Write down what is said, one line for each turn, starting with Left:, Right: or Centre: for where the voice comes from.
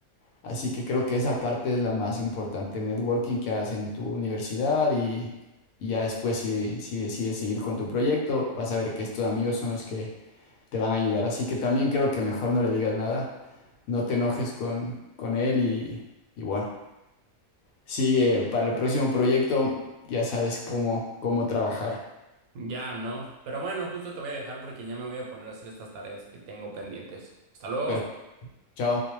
Left: Así que creo que esa parte es la más importante, networking que hagas en tu universidad y, y ya después si, si decides seguir con tu proyecto, vas a ver que estos amigos son los que te van a ayudar. Así que también creo que mejor no le digas nada, no te enojes con, con él y, y bueno, sigue para el próximo proyecto, ya sabes cómo, cómo trabajar.
Right: Ya no, pero bueno, justo te voy a dejar porque ya me voy a poner a hacer estas tareas que tengo pendientes. Hasta luego.
Left: Pero chao.